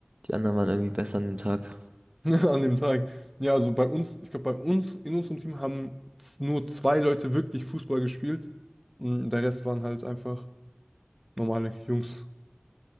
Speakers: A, on the right; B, in the centre.
A: Die anderen waren irgendwie besser an dem Tag.
B: <laughs> An dem Tag. Ja, also bei uns, ich glaube, bei uns, in unserem Team haben z- nur zwei Leute wirklich Fußball gespielt. Mh, der Rest waren halt einfach normale Jungs.